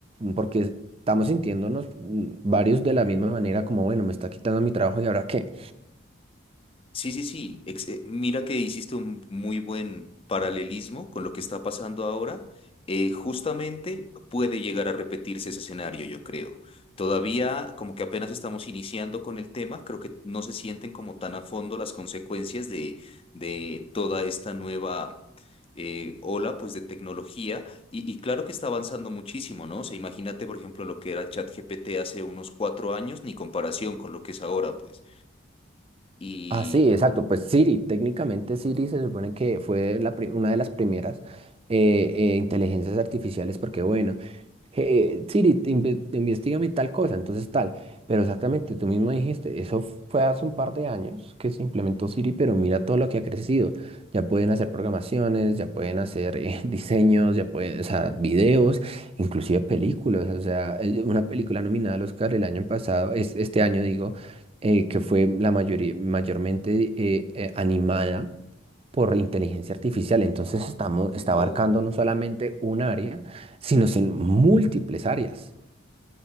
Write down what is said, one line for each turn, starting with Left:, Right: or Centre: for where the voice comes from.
Right: Porque estamos sintiéndonos mm, varios de la misma manera, como, bueno, me está quitando mi trabajo y ahora qué.
Left: Sí, sí, sí. Ex- eh, mira que hiciste un muy buen paralelismo con lo que está pasando ahora. Eh, justamente puede llegar a repetirse ese escenario, yo creo. Todavía como que apenas estamos iniciando con el tema, creo que no se sienten como tan a fondo las consecuencias de, de toda esta nueva eh, ola pues de tecnología y, y claro que está avanzando muchísimo, ¿no? O sea, imagínate por ejemplo lo que era ChatGPT hace unos cuatro años, ni comparación con lo que es ahora pues. Y...
Right: Ah, sí, exacto. Pues Siri, técnicamente Siri se supone que fue la pri- una de las primeras eh, eh, inteligencias artificiales, porque bueno eh, Siri, te inve- investígame tal cosa, entonces tal. Pero exactamente, tú mismo dijiste, eso fue hace un par de años que se implementó Siri, pero mira todo lo que ha crecido. Ya pueden hacer programaciones, ya pueden hacer eh, <laughs> diseños, ya pueden, o sea, videos, inclusive películas. O sea, eh, una película nominada al Oscar el año pasado, es, este año digo, eh, que fue la mayoría, mayormente eh, eh, animada por inteligencia artificial. Entonces estamos, está
Left: Wow.
Right: abarcando no solamente un área, sino en múltiples áreas.